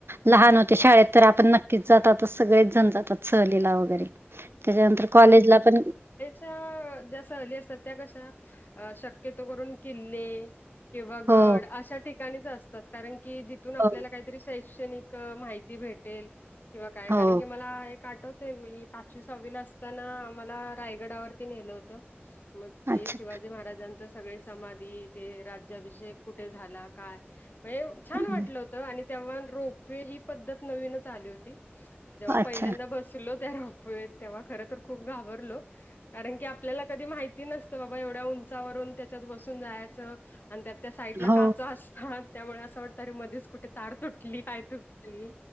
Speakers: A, on the right (about 65°); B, on the left (about 50°).
A: लहान होते शाळेत तर आपण नक्कीच जातात सगळेच जण जातात सहलीला वगैरे. त्याच्यानंतर कॉलेजला पण
B: ज्या ज्या सहली असतात त्या कशा शक्यतो करून किल्ले किंवा
A: हो
B: गड अशा ठिकाणीच असतात कारण की तिथून आपल्याला
A: हो
B: काहीतरी शैक्षणिक माहिती भेटेल किंवा काय
A: हो
B: कारण की मला एक आठवत मी पाचवी सहावी ला असतांना आम्हाला रायगडावरती नेलं होत. मग ते
A: अच्छा.
B: शिवाजी महाराजांचं सग समाधी ते राज्याभिषेक कुठे झाला काय वेळ म्हणजे छान
A: हं.
B: वाटल. आणि तेव्हा रोपवे ही पद्धत नवीनच आली होती. जेव्हा
A: अच्छा
B: पहिल्यांदा बसलो त्या रोपवेत तेव्हा खर तर खूप घाबरलो कारण की आपल्याला कधी माहिती नसतं बाबा एवढ्या उंचावरून त्याच्यात बसून जायाचं आणि त्यात त्या साईडला
A: हो
B: काचा असतात त्यामुळे असं वाटतं मधीच कुठे तार तुटली काय तुटली